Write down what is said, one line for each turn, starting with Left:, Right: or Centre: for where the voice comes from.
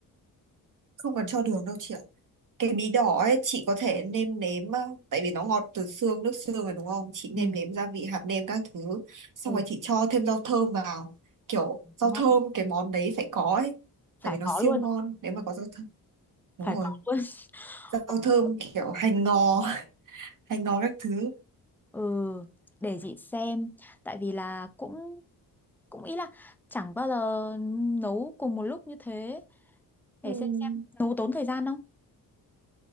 Right: không cần cho đường đâu chị ạ cái bí đỏ ấy chị có thể nêm nếm ờ, tại vì nó ngọt từ xương nước xương rồi đúng không chị nêm
Centre: Ừ.
Right: nếm gia vị hạt nêm các thứ xong
Centre: ừ
Right: rồi chị cho thêm rau thơm vào kiểu rau
Centre: ngon
Right: thơm cái món đấy phải có ấy tại
Centre: phải
Right: vì nó
Centre: có
Right: siêu
Centre: luôn
Right: ngon nếu mà có rau thơm đúng
Centre: phải
Right: rồi
Centre: có luôn
Right: rau
Centre: <laughs>
Right: thơm kiểu hành ngò <laughs> hành ngò các thứ
Centre: ừ để chị xem tại vì là cũng cũng ý là chẳng bao giờ nấu cùng một lúc như thế để
Right: Ừm,
Centre: xem xem nấu tốn thời gian không